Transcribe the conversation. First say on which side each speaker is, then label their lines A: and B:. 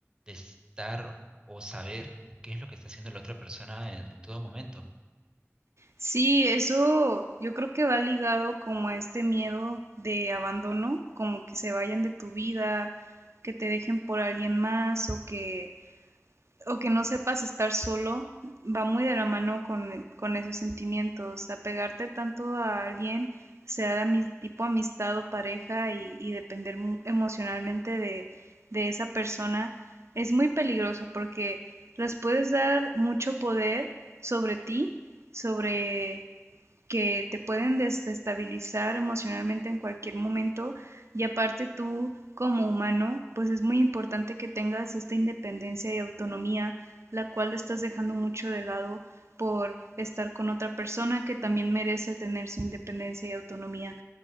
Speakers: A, on the right; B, on the right.
A: de estar o saber qué es lo que está haciendo la otra persona en, en todo momento.
B: Sí, eso yo creo que va ligado como a este miedo de abandono, como que se vayan de tu vida, que te dejen por alguien más o que o que no sepas estar solo va muy de la mano con, eh, con esos sentimientos. Apegarte tanto a alguien, sea de ami- tipo amistad o pareja, y, y depender mu- emocionalmente de, de esa persona, es muy peligroso porque las puedes dar mucho poder sobre ti, sobre que te pueden desestabilizar emocionalmente en cualquier momento y aparte tú como humano, pues es muy importante que tengas esta independencia y autonomía, la cual estás dejando mucho de lado por estar con otra persona que también merece tener su independencia y autonomía.